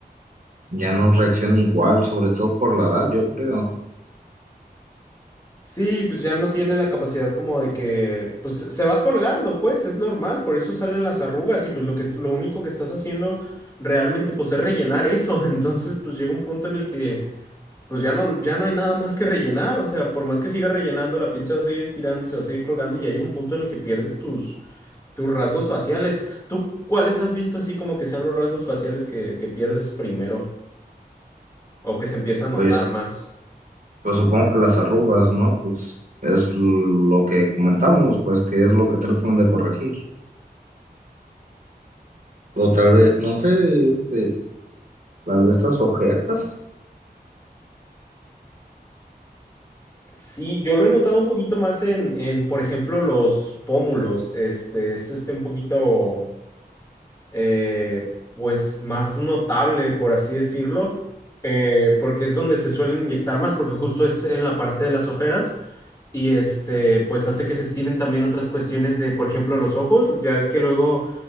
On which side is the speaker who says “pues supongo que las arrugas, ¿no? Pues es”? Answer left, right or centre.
Right